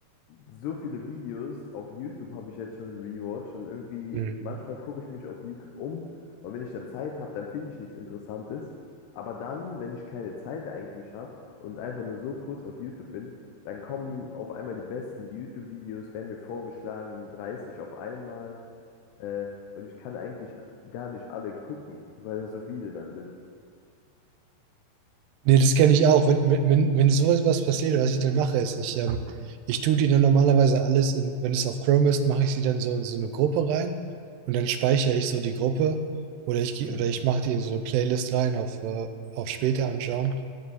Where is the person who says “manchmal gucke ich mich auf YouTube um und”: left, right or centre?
Left